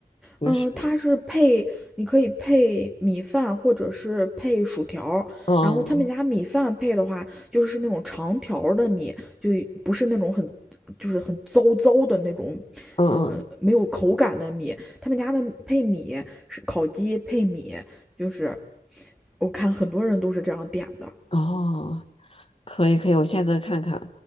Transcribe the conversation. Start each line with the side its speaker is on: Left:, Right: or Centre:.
Left: 就是
Centre: 嗯，它是配，你可以配米饭或者是配薯条儿然后他们家米饭配的话，
Left: 哦
Centre: 就是那种长条儿的米，就不是那种很，就是很糟糟的那种，
Left: 嗯嗯嗯
Centre: 呃，没有口感的米。他们家的配米是烤鸡配米，就是我看很多人都是这样点的，
Left: 哦，可以可以，我下次看看。